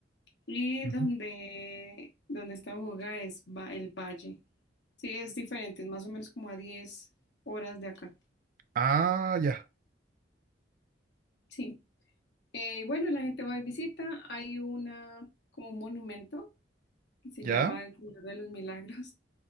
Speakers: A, on the left (about 65°); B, on the right (about 50°).
A: Y
B: Ujú.
A: donde, donde está Buga es va el valle. Sí, es diferente, es más o menos como a diez horas de acá.
B: Ah, ya.
A: Sí. Eh, y bueno, la gente va y visita. Hay una, como un monumento que se
B: ¿Ya?
A: llama el Señor de los Milagros.